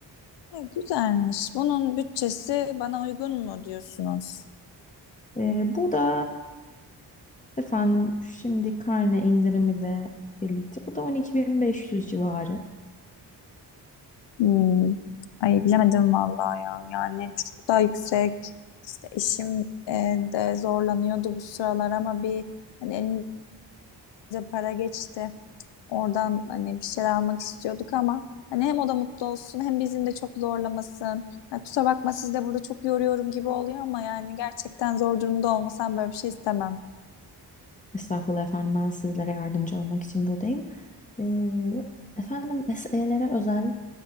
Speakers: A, on the left (about 75°); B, on the left (about 20°).
A: E, güzelmiş. Bunun bütçesi bana uygun mu diyorsunuz?
B: E, bu da efendim şimdi karne indirimi de birlikte. Bu da 12.500 civarı.
A: Hmm. Ay bilemedim vallahi ya. Yani çok daha yüksek. İşte eşim e, de zorlanıyordu bu sıralar ama bir hani elimize para geçti. Oradan hani bir şeyler almak istiyorduk ama hani hem o da mutlu olsun hem bizim de çok zorlamasın. Ya kusura bakma siz de burada çok yoruyorum gibi oluyor ama yani gerçekten zor durumda olmasam böyle bir şey istemem.
B: Estağfurullah efendim ben sizlere yardımcı olmak için buradayım. Ee, efendim SE'lere özel